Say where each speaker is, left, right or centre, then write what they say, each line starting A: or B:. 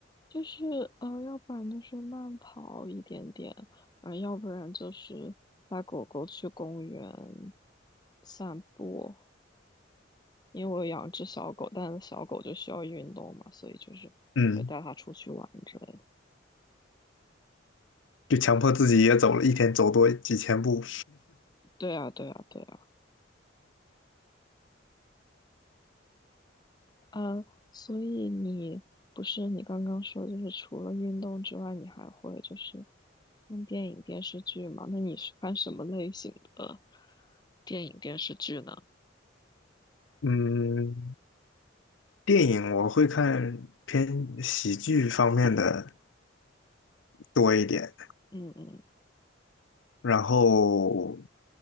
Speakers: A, on the left; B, on the left.
A: 就是呃，要不然就是慢跑一点点，然后要不然就是带狗狗去公园散步。因为我有养只小狗，但是小狗就需要运动嘛，所以就是会带它出去玩之类的。
B: 嗯，就强迫自己也走了一天，走多几千步。
A: 对啊，对啊，对啊，呃，所以你不是你刚刚说，就是除了运动之外，你还会就是看电影、电视剧吗？那你是看什么类型的电影、电视剧呢？
B: <laughs> 嗯，电影我会看偏喜剧方面的多一点，
A: 嗯嗯
B: 然后